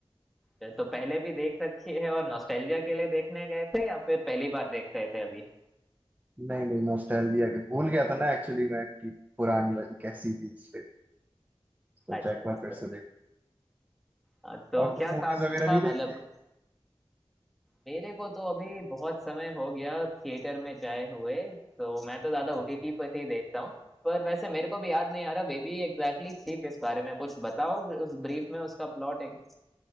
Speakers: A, in the centre; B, on the right.
A: अच्छा, तो पहले भी देख रखी है और नॉस्टैल्जिया के लिए देखने गए थे या फिर पहली बार देख रहे थे अभी
B: नहीं नहीं नॉस्टैल्जिया के भूल गया था ना एक्चुअली मैं कि पुरानी वाली कैसी थी इसलिए सोचा
A: अच्छा
B: एक बार
A: अच्छा
B: फिर से देख
A: हाँ, तो
B: और
A: क्या
B: तुम मूवीज
A: खास
B: वगैरह
A: था
B: नहीं देखते
A: मतलब मेरे को तो अभी बहुत समय हो गया थिएटर में जाए हुए तो मैं तो ज्यादा ओटीटी पर ही देखता हूँ पर वैसे मेरे को भी याद नहीं आ रहा बेबी एग्जैक्टली थी किस बारे में कुछ बताओ उस ब्रीफ में उसका प्लॉट एक